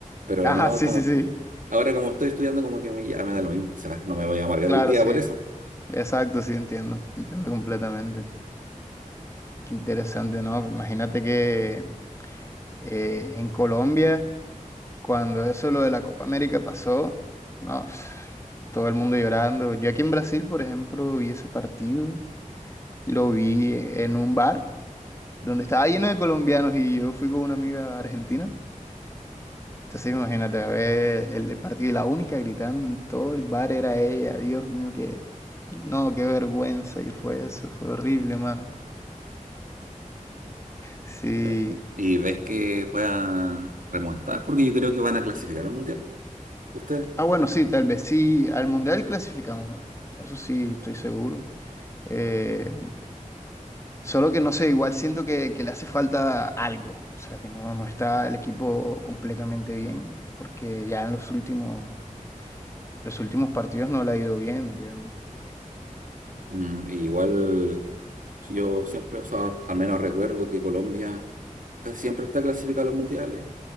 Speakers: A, on the right (about 75°); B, on the left (about 20°).
A: Pero
B: Ajá,
A: no,
B: sí,
A: como
B: sí, sí.
A: ahora como estoy estudiando, como que me, ya me da lo mismo. O sea, no me voy a amargar
B: Claro,
A: el día
B: sí.
A: por eso.
B: Exacto, sí, entiendo. Entiendo completamente. Qué interesante, ¿no? Imagínate que eh, en Colombia, cuando eso lo de la Copa América pasó, no, pf, todo el mundo llorando. Yo aquí en Brasil, por ejemplo, vi ese partido, lo vi en un bar.
A: Ujú.
B: donde estaba lleno de colombianos y yo fui con una amiga argentina. Entonces imagínate, a ver el, el partido y la única gritando en todo el bar era ella. Dios mío, qué, no, qué vergüenza que fue eso, fue horrible, mano. Sí.
A: Bueno, y ves que puedan remontar, porque yo creo que van a clasificar al mundial. Ustedes.
B: Ah, bueno, sí, tal vez sí, al Mundial clasificamos, eso sí, estoy seguro. Eh, solo que no sé, igual siento que, que le hace falta algo, o sea, que no, no está el equipo completamente bien, porque ya en los últimos Los últimos partidos no le ha ido bien, digamos.
A: Mm, igual Yo siempre, o sea, al menos recuerdo que Colombia casi siempre está clasificada a los mundiales.